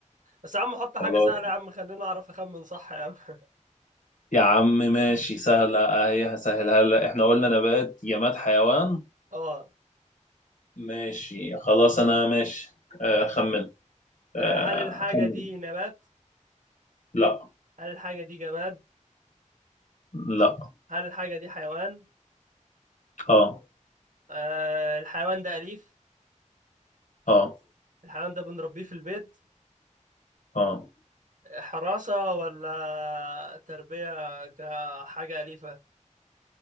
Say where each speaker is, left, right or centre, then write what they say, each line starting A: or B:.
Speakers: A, on the right; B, on the left.
A: بس يا عم حط حاجة
B: خلاص
A: سهلة يا عم خليني اعرف اخمن صح يا عم <laughs>
B: يا عم ماشي سهله اهي هسهلها هلا احنا قلنا نبات جماد حيوان
A: اه
B: ماشي خلاص انا ماشي آه، خمن آه،
A: آه، هل الحاجة
B: خمن
A: دي نبات
B: لا
A: هل الحاجة دي جماد
B: لا
A: هل الحاجة دي حيوان
B: اه
A: آه الحيوان ده أليف
B: اه
A: الحيوان ده بنربيه في البيت
B: اه
A: حراسة ولا تربية كحاجة أليفة